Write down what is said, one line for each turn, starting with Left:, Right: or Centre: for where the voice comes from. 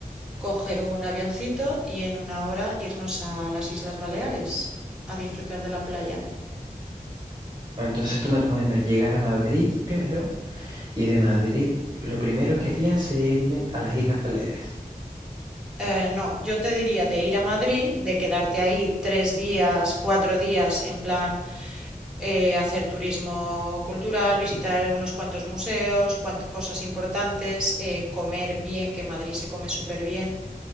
Centre: coger un avioncito y en una hora irnos a las Islas Baleares a disfrutar de la playa.
Right: Entonces tú me recomiendas llegar a Madrid primero Y de Madrid, lo primero que haría sería irme a las Islas Baleares.
Centre: Eh, no, yo te diría de ir a Madrid, de quedarte ahí tres días, cuatro días en plan eh, hacer turismo cultural, visitar unos cuantos museos, cuan- cosas importantes, eh, comer bien, que en Madrid se come súper bien,